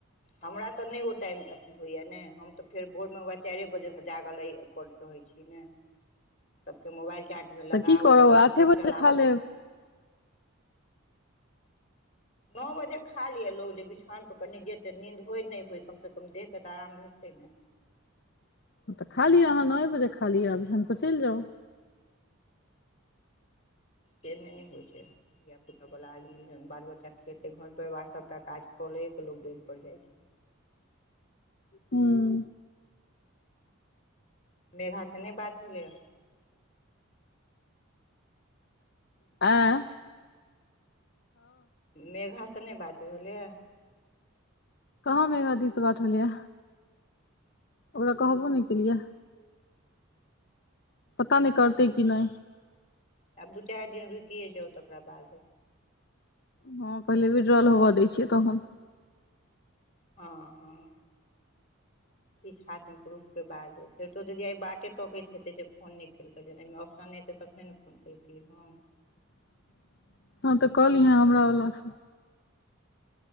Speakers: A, on the left; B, on the left.
A: हमरा तऽ नै ओ टाइम अथी होयया नै हम तऽ फेर भोर मे उहाए चाएरे बजे से जागल रहै <unintelligible> रहै छी नै सबके मुबाएल चार्ज मे
B: तऽ
A: लगाउ,
B: की करब
A: मोटर
B: आठे बजे
A: चलाबै
B: खा लेब
A: के नौ बजे खा लिये लोग जे बिछौन पर कनि जेते नीन्द होय नै होय, कम से कम देह के तऽ आराम भेट ते नै।
B: <inaudible> हां तऽ खालियो अहाँ नौए बजे खालियो आ बिछौन पर चैल जाउ।
A: से नै ने होय छै, धिया पुता वला आदमी जहन बाल-बच्चा खेतै, घर-परिवार सबटा काज क ले के लोग बेड पर जाय छै।
B: हुं।
A: मेघा से नै बात भेलैया।
B: आँ।
A: मेघा से नै बात भेल या।
B: कहाँ मेघा दी से बात भेल या। ओकरा कहबो नै केलियै। पता नै करते कि नै।
A: आब दू चाएर दिन रुकिये जाउ तकरा बादे।
B: हां पहिले विड्रॉल होबा दै छियै तहन।
A: हां-हां।
B: <inaudible>
A: किछ हाथ मे प्रूफ के बादे, श्वेतो दीदी आ बाटे तकैत हेतै जे फोन नै केलकै, जहन ए मे ऑप्शन एते तखने नै फोन कैरती हम।
B: <inaudible> हम त कहलियै हे हमरा ओ ल चल।